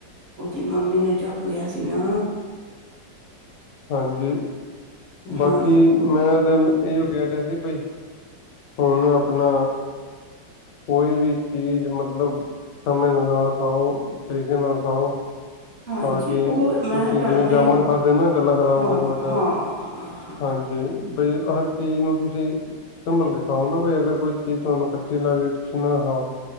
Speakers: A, on the right; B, on the left.
A: ਉਹ ਓਦੀ ਮੰਮੀ ਨੇ ਚੱਕ ਲਿਆ ਸੀ ਨਾ
B: ਹਾਂਜੀ ਬਾਕੀ,
A: ਹਾਂ
B: ਮੈਂ ਤੇ ਇਹੀਓ ਕਹਿ ਰਿਹਾ ਸੀ ਬਈ ਹੁਣ ਆਪਣਾ ਕੋਈ ਵੀ ਚੀਜ਼ ਮਤਲਬ ਸਮੇਂ ਦੇ ਨਾਲ ਖਾਓ ਤਰੀਕੇ ਨਾਲ ਖਾਓ
A: ਹਾਂਜੀ
B: ਤਾਂ ਕਿ
A: ਉਹ ਮੈਂ
B: ਤੁਸੀਂ
A: ਤੁਹਾਨੂੰ
B: ਜਿਵੇਂ ਜਾਮਣ
A: ਇਹੀਓ
B: ਖਾਧੇ ਨਾ ਗਲਾ ਖ਼ਰਾਬ
A: ਹਾਂ
B: ਗਿਆ ਤੁਹਾਡਾ
A: ਹਾਂ
B: ਹਾਂਜੀ। ਬਈ ਹਰ ਚੀਜ਼ ਨੂੰ ਤੁਸੀਂ ਸੰਭਲ ਕੇ ਖਾਓ ਨਾ ਵੀ ਅਗਰ ਕੋਈ ਚੀਜ਼ ਤੁਹਾਨੂੰ ਖੱਟੀ ਲੱਗ ਰਹੀ ਤੁਸੀਂ ਨਾ ਖਾਓ